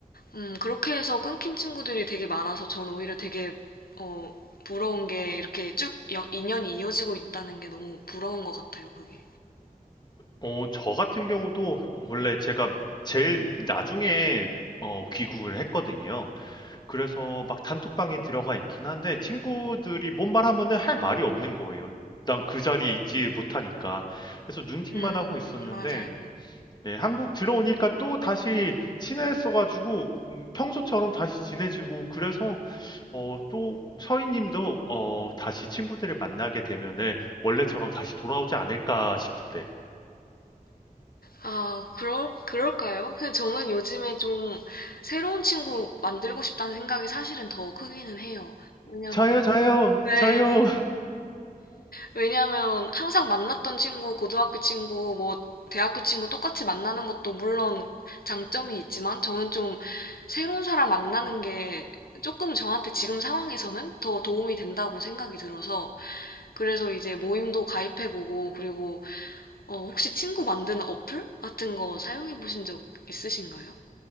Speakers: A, on the left; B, on the left.
A: 음, 그렇게 해서 끊긴 친구들이 되게 많아서 전 오히려 되게, 어, 부러운 게 이렇게 쭉 여- 인연이 이어지고 있다는 게 너무 부러운 것 같아요, 그게.
B: 어, 저 같은 경우도 원래 제가 제일 나중에 어, 귀국을 했거든요. 그래서 막 단톡방에 들어가 있긴 한데 친구들이 뭔 말하면은 할 말이 없는 거예요. 난 그 자리에 있지 못하니까. 그래서 눈팅만
A: 음,
B: 하고 있었는데
A: 맞아요.
B: 예, 한국 들어오니까 또 다시 친해져가지고 음, 평소처럼 다시 지내지고 그래서 어, 또 서희님도 어, 다시 친구들을 만나게 되면은 원래처럼 다시 돌아오지 않을까 싶은데.
A: 아, 그럴, 그럴까요? 근데 저는 요즘에 좀 새로운 친구 만들고 싶다는 생각이 사실은 더 크기는 해요. 왜냐면,
B: 저요, 저요,
A: 네,
B: 저요.
A: 왜냐면 항상 만났던 친구, 고등학교 친구, 뭐, 대학교 친구 똑같이 만나는 것도 물론 장점이 있지만 저는 좀 새로운 사람 만나는 게 조금 저한테 지금 상황에서는 더 도움이 된다고 생각이 들어서 그래서 이제 모임도 가입해보고 그리고 어, 혹시 친구 만드는 어플 같은 거 사용해 보신 적 있으신가요?